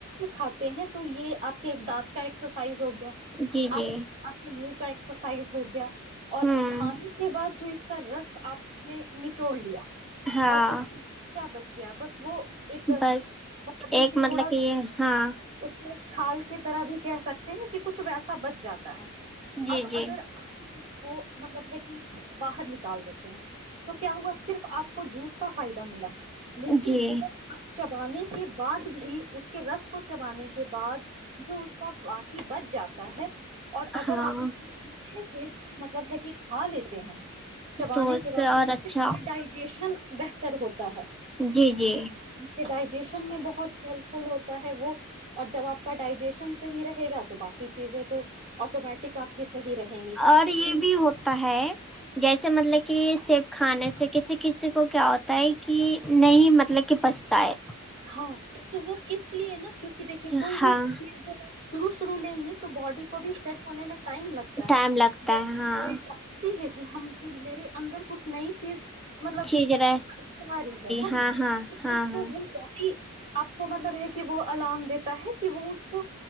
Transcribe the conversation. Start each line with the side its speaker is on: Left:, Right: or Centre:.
Right: کھاتے ہیں تو یہ آپ کے ایک دانت کا ایک سائز ہو گیا
Centre: جی جی
Right: آپ آپ کے منہ ایکسرسائز ہوگی کیا اور
Centre: ہوں
Right: کھانے کے بعد جو اس رس آپ نے نت چوڑ لیا
Centre: ہاں
Right: اور اس کیا بتا گیا بس وہ ایک مطلب
Centre: بس
Right: ہے
Centre: ایک
Right: کہ
Centre: مطلب
Right: تھوڑا
Centre: یہ ہاں
Right: اس میں چھال کی طرح بھی کہہ سکتے ہیں کہ کچھ ویسا بچ جاتا ہے
Centre: جی
Right: اب
Centre: جی
Right: اگر آپ وہ مطلب ہے کہ باہر نکال دیتے ہیں تو کیا ہوا صرف آپ کو جوس کا فائدہ ملا لیکن
Centre: جی
Right: اگر آپ چبانے کے بعد بھی اس کے رس کو چبانے کے بعد جو اس کا کہ بچ جاتا ہے اور اگر
Centre: ہاں
Right: آپ اس کو اچھے سے مطلب ہے کہ کھا لیتے ہیں چبانے
Centre: تو
Right: کے بعد
Centre: اور
Right: اس
Centre: اچھا
Right: سے کا ڈائجیشن بہتر ہوتا ہے
Centre: جی جی
Right: آپ کے ڈائجیشن میں بہت ہیلپ فل ہوتا ہے وہ اور جب آپ کا ڈائجیشن صحیح رہے گا تو باقی چیزیں تو آٹومیٹک آپ کی صحیح رہیں گی
Centre: اور یہ
Right: ہاں
Centre: بھی ہوتا ہے جیسے مطلب کہ سیب کھانے سے ج سے کسی کسی کو کیا ہوتا ہے کہ نہیں مطلب کہ بچتا ہے
Right: ہاں تو وہ اس لیے نا کیونکہ دیکھیے کوئی
Centre: ہاں
Right: بھی چیز شرو رو لیں گی تو باڈی کو بھی سیٹ ہونے میں ٹائم لگتا
Centre: ٹائم
Right: ہے
Centre: لگتا
Right: جانتی
Centre: ہے ہاں
Right: ہے کہ ہم کی میرے اندر کچھ نہیں چیز مطلب
Centre: چیز رہ
Right: جا رہی ہے نا
Centre: ہاں ہاں
Right: اسز
Centre: ہاں ہاں
Right: آپ کو مطلب ہے کہ وہ الارم دیتا ہے کہ وہ اس کو